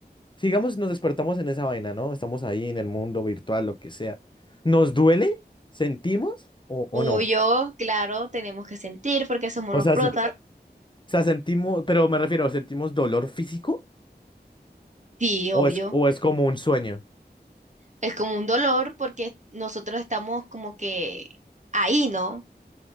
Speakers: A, on the left; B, on the right.
A: sigamos, nos despertamos en esa vaina, ¿no? Estamos ahí en el mundo virtual, lo que sea. ¿Nos duele? ¿Sentimos o, o
B: Obvio,
A: no?
B: claro, tenemos que sentir porque somos los
A: O sea,
B: protas.
A: se- o sea, sentimos, pero me refiero, ¿sentimos dolor físico?
B: Sí,
A: ¿O
B: obvio.
A: es, o es como un sueño?
B: Es como un dolor porque nosotros estamos como que ahí, ¿no? O